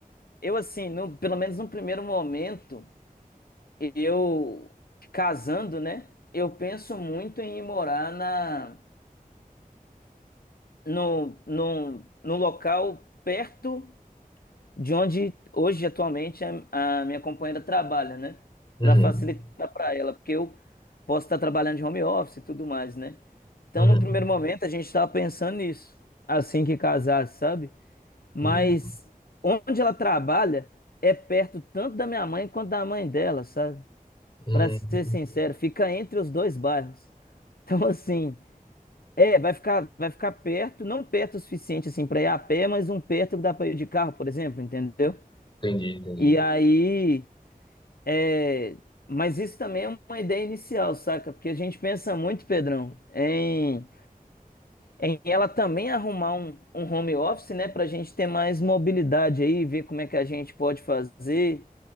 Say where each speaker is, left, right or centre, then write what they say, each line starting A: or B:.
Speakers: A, on the left; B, on the left.
A: eu assim, no, pelo menos no primeiro momento, eu casando, né? Eu penso muito em ir morar na, no, num, num local perto de onde hoje atualmente a, a minha companheira trabalha, né?
B: Uhum,
A: Para facilitar para ela, porque eu posso estar trabalhando de home office e tudo mais, né? Então,
B: uhum,
A: no primeiro momento, a gente estava pensando nisso, assim que casar, sabe? Mas
B: uhum,
A: onde ela trabalha é perto tanto da minha mãe quanto da mãe dela, sabe?
B: uhum.
A: Para ser sincero, fica entre os dois bairros. Então, assim, é, vai ficar, vai ficar perto, não perto o suficiente assim para ir a pé, mas um perto que dá para ir de carro, por exemplo, entendeu?
B: Entendi, entendi.
A: E aí, é... mas isso também é uma ideia inicial, saca? Porque a gente pensa muito, Pedrão, em, em ela também arrumar um, um home office, né? Pra gente ter mais mobilidade aí, ver como é que a gente pode fazer.